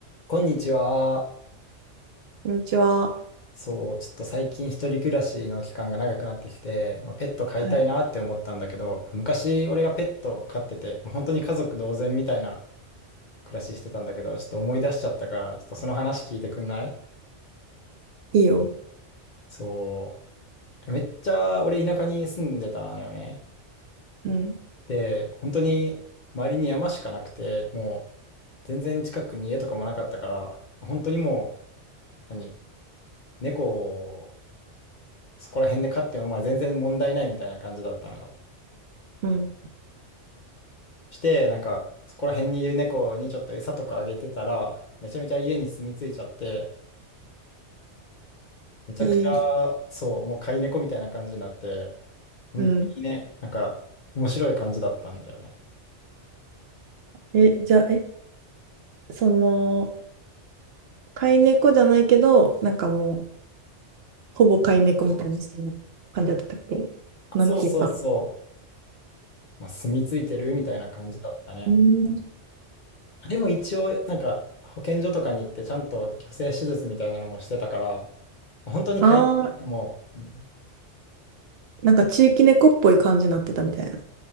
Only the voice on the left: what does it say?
こんにちは。
そう、ちょっと最近一人暮らしの期間が長くなってきて、まあペット飼いたいなって思ったんだけど、
昔俺がペット飼ってて、まあ本当に家族同然みたいな暮らししてたんだけど、ちょっと思い出しちゃったから、ちょっとその話聞いてくんない
そう。めっちゃ俺田舎に住んでたのよね。
で、本当に周りに山しかなくて、もう全然近くに家とかもなかったから、本当にもう、何、猫そこら辺で飼ってもまあ全然問題ないみたいな感じだったのよ。
そして、なんか、そこら辺にいる猫にちょっと餌とかあげてたら、めちゃめちゃ家に住み着いちゃって、めちゃくちゃ、
そう、もう飼い猫みたいな感じになって、本当にね、
なんか、面白い感じだったんだよね。
そうそうそう、まあ、住み着いてるみたいな感じだったね。
でも一応、なんか、保健所とかに行って、ちゃんと去勢手術みたいなのもしてたから、本当に飼い猫ね、
もう、うん